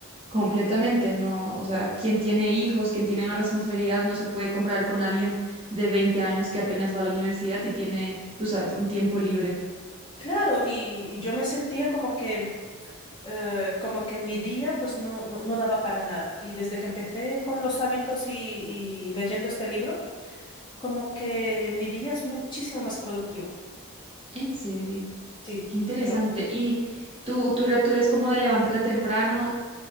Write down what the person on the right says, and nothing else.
completamente, no, o sea, quien tiene hijos, quien tiene una responsabilidad, no se puede comparar con alguien de 20 años que apenas va a la universidad y tiene, tú sabes, un tiempo libre.
En serio.
Qué interesante.
¿Y tú, tú, era- tú eres como de levantarte temprano